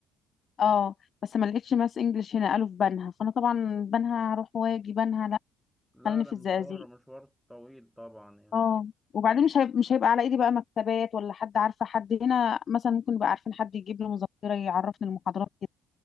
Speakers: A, on the left (about 50°); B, in the centre.
A: اه بس ما لقيتش ماس انجلش هنا قالوا في بنها فانا طبعا بنها هروح واجي بنها
B: لا
A: خليني
B: ده
A: في
B: مشوار
A: الزقازيق
B: مشوار طويل طبعا يعني
A: اه وبعدين مش هيبقى مش هيبقى على ايدي بقى مكتبات ولا حد عارفه حد هنا مثلا ممكن يبقى عارفين حد يجيب لي مذكره يعرفني المحاضرات كده